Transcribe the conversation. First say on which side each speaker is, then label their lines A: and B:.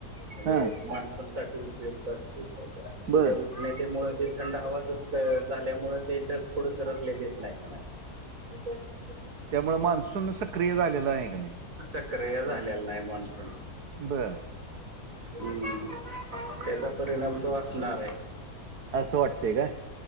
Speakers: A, on the right; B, on the right.
A: म्हणजे
B: हां,
A: माणसांसाठीठी उपयुक्त असते तिथे
B: बरं.
A: नाही त्यामुळेळ ते थंड हवाच झाल्यामुळे ते ढग पुोडं सरकलेलेच नाहीत ना. अक.
B: त्यामु मान्सून सक्रिय झालेला आहे क नाही.
A: सक्रिय झालेला नाही मान्सून.
B: बर.
A: हम्म त्याचा परिणाम तो असणार आहे.
B: असं वाटतंय का?